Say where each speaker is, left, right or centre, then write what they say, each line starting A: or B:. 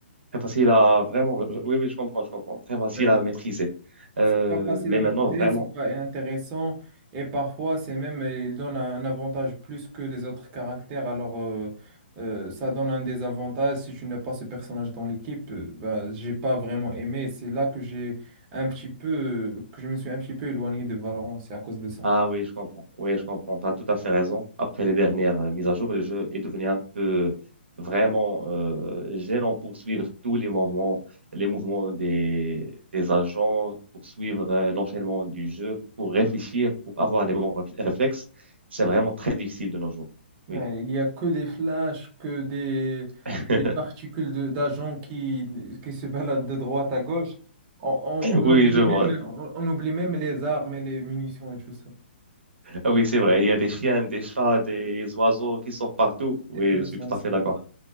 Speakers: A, on the right (about 80°); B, on the right (about 30°).
A: très facile à vraiment. Oui, oui, je comprends, je comprends. Très facile
B: Ouais,
A: à maîtriser. Euh,
B: C'est pas facile
A: mais
B: à maîtriser,
A: maintenant, vraiment,
B: c'est pas intéressant et parfois c'est même euh, il donne un avantage plus que les autres caractères. Alors euh, euh, ça donne un désavantage si tu n'as pas ce personnage dans l'équipe. euh, bah, j'ai pas vraiment aimé. C'est là que j'ai un petit peu euh, que je me suis un petit peu éloigné de Valorant. C'est à cause de ça.
A: Ah oui, je comprends. Oui, je comprends. Tu as tout à fait raison. Après les dernières euh, mises à jour, le jeu est devenu un peu vraiment euh, gênant pour suivre tous les mouvements, les mouvements des, des agents, pour suivre euh, l'enchaînement du jeu, pour réfléchir, pour avoir les bons réf- réflexes. C'est vraiment très difficile de nos jours.
B: Ouais,
A: Oui,
B: il n'y a que des flashs, que des
A: <laughs>
B: des particules de- d'agents qui qui se baladent de droite à gauche. On, on- on
A: oui,
B: oublie
A: je
B: même
A: vois.
B: on on oublie même les armes et les munitions et tout ça.
A: Ah Oui, c'est vrai. Il y a des chiens, des chats, des oiseaux qui sortent partout. Oui,
B: C'est insensé.
A: je suis tout à fait d'accord.